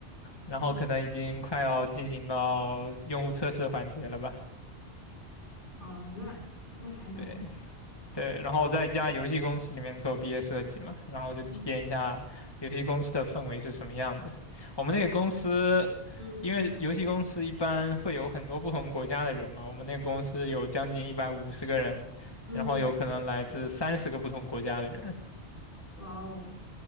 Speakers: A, on the left; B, on the left.
A: 然后可能已经快要进行到用户测试环节了吧？
B: 嗯，好，那那还蛮快的了。
A: 对。对，然后我在一家游戏公司里面做毕业设计嘛，然后就体验一下游戏公司的氛围是什么样的。
B: 嗯
A: 我们那个公司，
B: 嗯
A: 因为游戏公司一般会有很多不同国家的人嘛，我们那个公司有将近一百五十个人，
B: 嗯，
A: 然后有可能来自三十个不同国家的人。
B: 哇哦，